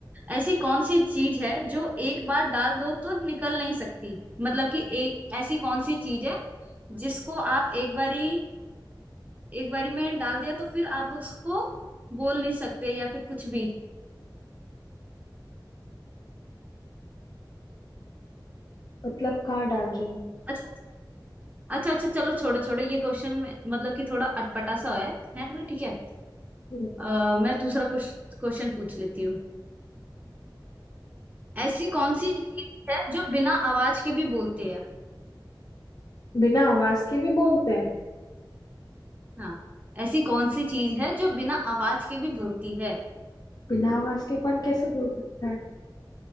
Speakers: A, on the right; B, on the left.
A: ऐसी कौन सी चीज है जो एक बार डाल दो तो निकल नहीं सकती मतलब कि एक ऐसी कौन सी चीज है जिसको आप एक बारी एक बारी में डाल दिया तो फिर आप उसको बोल नहीं सकते या फिर कुछ भी
B: मतलब कहाँ डाल रही हूँ
A: अच्छा अच्छा अच्छा चलो छोड़ो छोड़ो ये क्वेश्चन में मतलब कि थोड़ा अटपटा सा है है ना ठीक है
B: हम्म।
A: अ, मैं दूसरा क्वेश्चन पूछ लेती हूँ ऐसी कौन सी चीज है जो बिना आवाज के भी बोलते हैं
B: बिना आवाज के भी बोलते हैं
A: हाँ ऐसी कौन सी चीज है जो बिना आवाज के भी बोलती है
B: बिना आवाज के कौन कैसे बोल सकता है